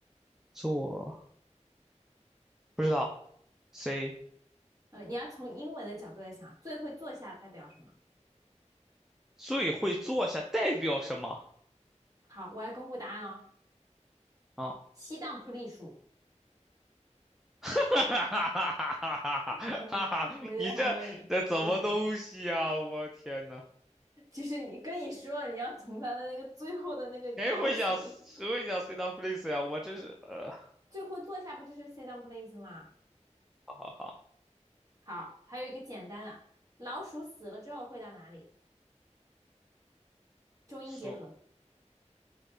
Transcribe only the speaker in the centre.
坐，不知道，C，
最会坐下代表什么？
啊、
<laughs> 哈哈哈哈哈哈！
哈哈，
你这这怎么东西啊？
我天呐，
谁会想谁会想 sit down please 呀、我真是呃，
好好好，
数